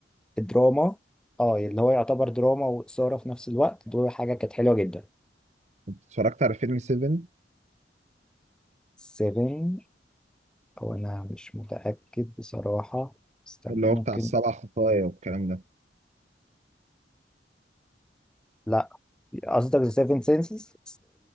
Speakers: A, in the centre; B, on the right.
A: الدراما اه اللي هو يعتبر دراما وإثارة في نفس الوقت دول حاجة كانت حلوة جدا
B: انت اتفرجت على فيلم 7
A: سيفن أو أنا مش متأكد بصراحة استنى
B: اللي هو
A: ممكن
B: بتاع السبع خطايا والكلام ده
A: لا قصدك ذا سيفن سينسز